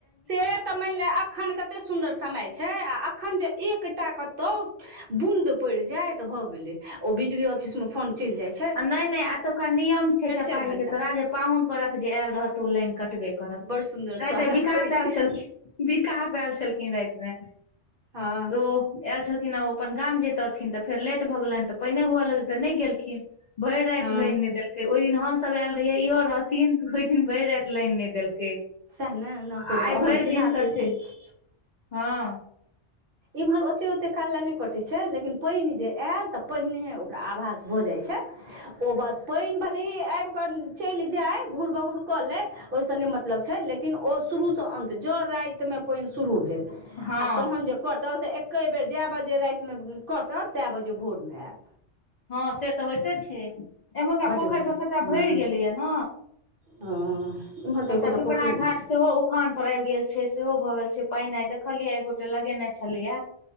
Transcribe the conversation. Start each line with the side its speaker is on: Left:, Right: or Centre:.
Right: से तऽ मान लेअ एखन कते सुन्दर समय छै आ एखन जे एकटा कतउ बूंद पर जाय भऽ गेलै ओ बिजली ऑफिस मे फोन चल जाई
Left: आ नहि नहि एतुका नियम छै चपाहीक
Right: चारि घंटा
Left: के तोरा जे पाहुन परख जे आयल रहत त ओ लाइन कटबे करत
Right: बड सुन्दर
Left: राति
Right: स्वागत
Left: विकास
Right: करै
Left: आयल
Right: छी
Left: छलखिन विकास आयल छलखिन राति मे
Right: हँ
Left: तो आयल छलखिन आ ओ अपन गाम जैतथिन तऽ फेर लेट भऽ गेलन तऽ पाइने हुअ लगल तऽ नहि गेलखिन भर राति
Right: हँ
Left: लाइन नहि देलकै ओहि दिन हम सब आयल रहये इहो रहथिन ओहि दिन भर राइत लाइन नहि देलकै
Right: सएह ने न
Left: आ
Right: कोनो
Left: आई
Right: अपन
Left: भरि
Right: चिन्हार
Left: दिनसँ
Right: परिचित
Left: छै हाँ
Right: इम्हर ओते ओते काल ला ने कटे छै लेकिन पाइन जे आयल ते पहिनेेहे ओकरा आभास भ जाय छै
Left: <inaudible>
Right: ओ बस पाइन भले ही आइब कऽ चैल जाई घूर बहूर कऽ लै ओहिसँ नहि मतलब छै लेकिन ओ शुरूसँ अन्त जँ राइतमे पाइन शुरू भेल
Left: हँ
Right: अ तेहन जे कटल तऽ एके बेर जए बजे रातमे कटत तए बजे भोरमे एयत
Left: हाँ से तऽ होइते छै एम्हरका
Right: बड
Left: पोखर
Right: नीक
Left: सब कटा भइर
Right: हँ
Left: गेलैया ना
Right: हँ इम्हर तऽ
Left: सबटा
Right: एकोटा
Left: पिपरा
Right: पोखरि
Left: घाट
Right: नहि
Left: सेहो उफान पर आबि गेल छै सेहो भऽ गेल छै पानि नहि तऽ दैखैलियै आइ एक गोटा लगेने छलै या